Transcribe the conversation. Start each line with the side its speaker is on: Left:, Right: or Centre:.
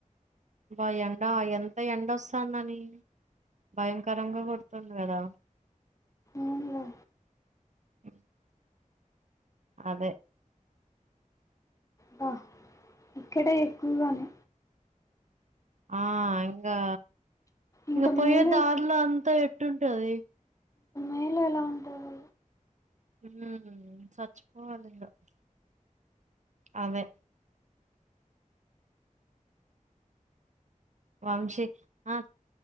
Right: బా ఎండ ఎంత ఎండ వస్తానని భయంకరంగా కుడుతుంది కదా
Left: ఏంలే.
Right: అ అదే
Left: బా ఇక్కడే ఎక్కువగానే
Right: ఆ ఇకా
Left: ఇంకా
Right: ఇంగ
Left: మేలు
Right: పోయ్యే దారులా
Left: ఎప్పు-
Right: అంతా అట్టుంటుంది
Left: నేలో ఎలా ఉంటారు
Right: ఉ చచ్చిపోవాలి ఇకా అదే వంశీ ఆ